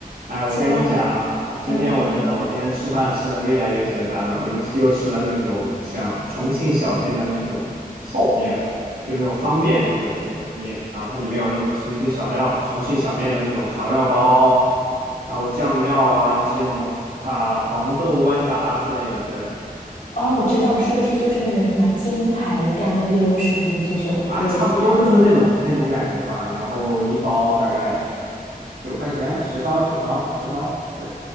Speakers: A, on the right; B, on the left.
A: 哎，我跟你讲啊，
B: 说吧，
A: 今天我真的，
B: 嗯，
A: 我今天吃饭吃的越来越简单了，我就吃又吃了那种像重庆小面的那种泡面吧就是那种方便的那种面，然后它里面有那种重庆小料、重庆小面的那种调料包，然后酱料啊，一些什么啊、黄豆豌杂之类的，对，
B: 哦，我知道，是不是就是那种什么金牌干溜，是不是这种类似牌子的？
A: 啊，差不多就是那种那种感觉吧，然后一包大概九块钱，十刀九刀十刀，对，